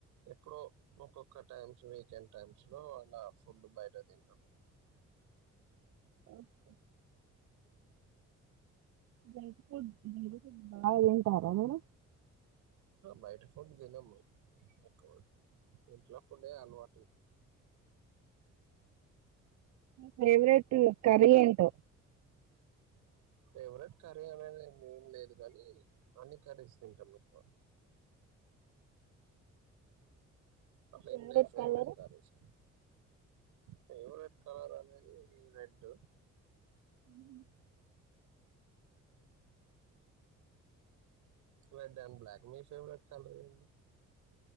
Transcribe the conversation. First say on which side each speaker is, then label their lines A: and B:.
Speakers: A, on the right (about 85°); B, on the right (about 65°).
A: ఎప్పుడో ఒక్కొక్క టైమ్స్ వీకెండ్ టైమ్స్ లో అలా ఫుడ్ బయట తింటాం
B: ఓకే జంక్ ఫడ్ మెరు బాగా థింటారా మెరు
A: బయట ఫుడ్ తినము ఎక్కువ ఇంట్లో ఫుడ్ అలవాటు
B: ఫవరెట్ కర్రీ ఏంటో
A: ఫేవరెట్ కర్రీ అనేది ఏం లేదు గానీ అన్ని కర్రీస్ తింటాారు మీకు అట్లా
B: favourite
A: ఎమ్ లే favourite
B: colour
A: కుర్రీస favourite colour అనేది ఈ red
B: uh
A: red and black మీ ఫేవరెట్ కలర్ అండి